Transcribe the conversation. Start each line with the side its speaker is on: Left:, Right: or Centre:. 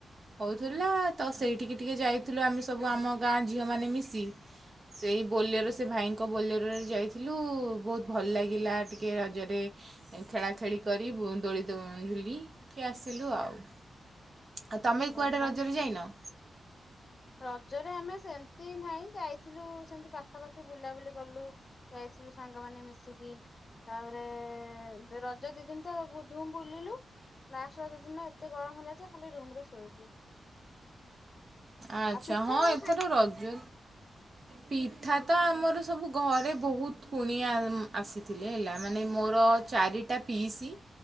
Right: ହେଉଥିଲା
Left: ହୁଁ
Right: ତ ସେଇଠିକି ଟିକେ ଯାଇଥିଲୁ ଆମେ ସବୁ ଆମ ଗାଁ ଝିଅମାନେ ମିଶି। ସେଇ ବୋଲେର ସେ ଭାଇଙ୍କ ବୋଲେରରେ ଯାଇଥିଲୁ ବହୁତ ଭଲ ଲାଗିଲା ଟିକେ ରଜରେ ଖେଳା ଖେଳି କରି ଦୋଳି ଦୋ ଝୁଲି କି ଆସିଲୁ ଆଉ। ଆଉ ତମେ
Left: ଭଲ
Right: କୁଆଡ଼େ ରଜରେ ଯାଇନ?
Left: ରଜରେ ଆମେ ସେମତି ନାହିଁ। ଯାଇଥିଲୁ ସେମିତି ପାଖାପାଖି ବୁଲାବୁଲି କଲୁ। ଯାଇଥିଲ ସାଙ୍ଗମାନେ ମିଶିକି। ତାପରେ ରଜ ଦି ଦିନ ତ ବ ଧୁମ୍ ବୁଲିଲୁ। ଲାଷ୍ଟ୍ ରଜ ଦିନ ଏତେ ଗରମ ହେଲା ଯେ ଖାଲି ରୁମ ରେ ଶୋଇଲୁ।
Right: ଆଚ୍ଛା
Left: ଆଉ ପିଠା
Right: ହଁ
Left: କଣ
Right: ଏଥର
Left: ଖାଇ
Right: ରଜ ପିଠା ତ ଆମର ସବୁ ଘରେ ବହୁତ କୁଣିଆ ଆସିଥିଲେ ହେଲା ମାନେ ମୋର ଚାରି ଟା ପିଇସି।